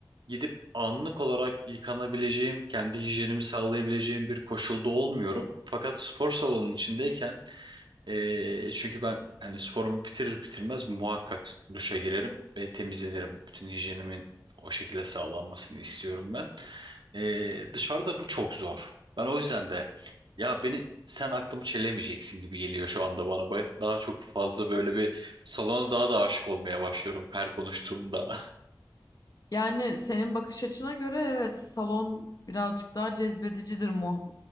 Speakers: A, on the right (about 85°); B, on the left (about 55°).
A: gidip anlık olarak yıkanabileceğim, kendi hijyenimi sağlayabileceğim bir koşulda olmuyorum. Fakat spor salonunun içindeyken ee, çünkü ben hani sporumu bitirir bitirmez muhakkak duşa girerim ve temizlenirim. Bütün hijyenimin o şekilde sağlanmasını istiyorum ben. Ee, dışarıda bu çok zor. Ben o yüzden de ya beni sen aklımı çelemeyeceksin gibi geliyor şu anda bana. Ben daha çok fazla böyle bir salona daha da aşık olmaya başlıyorum her konuştuğumda.
B: Yani senin bakış açına göre evet salon birazcık daha cezbedicidir mu